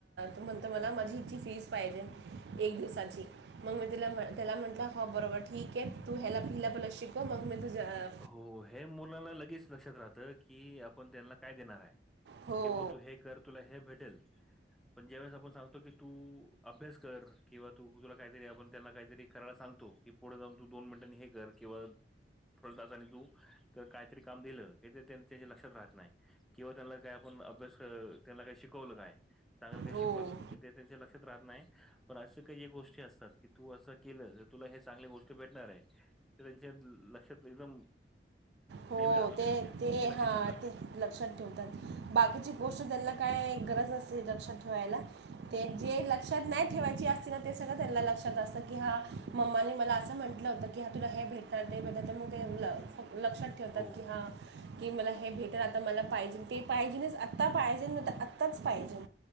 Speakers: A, on the right; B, in the centre.
A: म्हणत मला माझी इची फिज पाहिजे एक दिवसाची. मग मी त्याला म्हटलं हो बरोबर ठीके. तू ह्याला हिलापहला शिकव मग मी तुझ्या अ
B: हो हे मुलाना लगेच लक्षात राहतं की, आपण त्यांना काय देणार आहे.
A: हो
B: कि बा तू हे कर. तुला हे भेटेल. पण ज्यावेेळेस आपण सांगतो की तू अभ्यास कर. किंवा तू तुला काहीतरी आपण त्यांना काहीतरी करायला सांगतो. कि पुढ जाऊन तू दोन मिनीटांनी हे कर. किंवा थोड तासाने तू काहीतरी काम दिलं. त्यांच्या लक्षात राहत नाही. किंवा त्यांना काय आपण अभ्यास त्यांना काय शिकवलं काय. चांगलं काय
A: हो
B: शिकवलं. ते ते त्यांचे लक्षात राहत नाही. पण असे काही गोष्टी असतात. की तू असं केलं तर, तुला हे चांगली गोष्टी भेटणारे. त्यांच्या लक्षात एकदम
A: हो
B: नेहमी राहतं
A: ते
B: त्यांच्या
A: ते
B: लक्षात
A: हा
B: ठेवतात
A: ते लक्षात ठेवतात. बाकीची गोष्ट त्यांना काय गरज असली लक्षात ठेवायला. ते जे लक्षात नाही ठेवायची असते ना ते सगळं त्यांना लक्षात असतं. की हा मम्मानी मला असं म्हंटलं होतं. की हा तुला हे भेटणार. ते भेटानार. तर मग ते ल
B: हम्म
A: फ लक्षात ठेवतात.
B: हो
A: की हा की मला हे भेटल. आता मला पाहिजे. ते पाहिजे. आत्ता पाहिजे. तर आत्ताच पाहिजे.